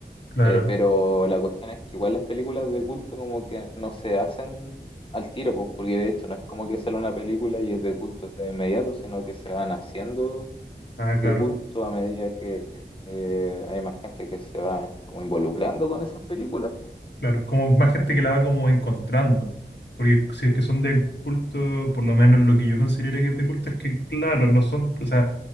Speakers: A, on the left (about 80°); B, on the left (about 30°).
A: claro.
B: Eh, pero la cuestión es que igual las películas de culto como que no se hacen al tiro, pues, porque de hecho no es como que sale una película y es de culto de inmediato, sino que se van haciendo
A: Ah,
B: de
A: claro.
B: culto a medida que eh, hay más gente que se va como involucrando con esas películas. pues.
A: Claro. Como más gente que la va como encontrando. Porque si es que son de culto, por lo menos lo que yo considero que es de culto es que, claro, no son, o sea,